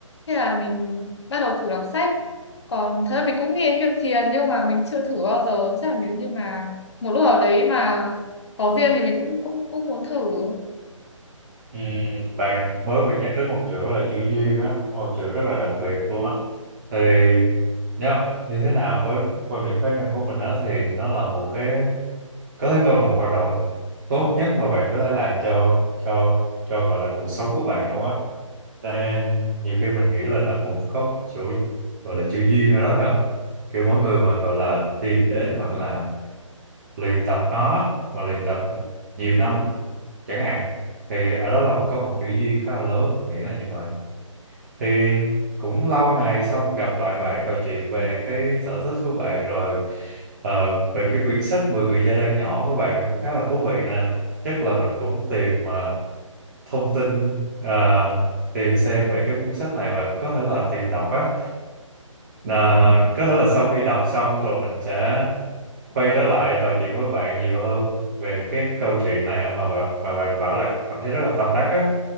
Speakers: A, on the left (about 55°); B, on the right (about 35°).
A: Thế là mình bắt đầu thử đọc sách. Còn thật ra mình cũng nghe việc Thiền nhưng mà mình chưa thử bao giờ. Chắc là nếu như mà một lúc nào đấy mà có duyên thì mình cũng cũng cũng muốn thử.
B: Ừm, bạn mới vừa nhắc đến một chữ là chữ duyên á một chữ rất là đặc biệt luôn á thì nhá như thế nào với quan điểm cá nhân của mình đó thì nó là một cái có thể coi là một hoạt động tốt nhất mà bạn có thể làm cho cho cho gọi là cuộc sống của bạn luôn á nên nhiều khi mình nghĩ là nó cũng có chỗ gọi là chữ duyên ở đó nữa kiểu mỗi người mà gọi là tìm đến hoặc là luyện tập nó và luyện tập nhiều năm chẳng hạn thì ở đó là có một chữ duyên khá là lớn mình nghĩ là như vậy thì cũng lâu ngày xong gặp lại bạn trò chuyện về cái sở thích của bạn rồi ờ, về cái quyển sách 10 người gia đang nhỏ của bạn cũng khá là thú vị nè chắc là mình cũng tìm ờ, thông tin ờ, tìm xem về cái cuốn sách này và có thể là tìm đọc á là có thể là sau khi đọc xong rồi mình sẽ quay trở lại trò chuyện với bạn nhiều hơn về cái câu chuyện này mà bạn mà bạn bảo là cảm thấy rất là tâm đắc á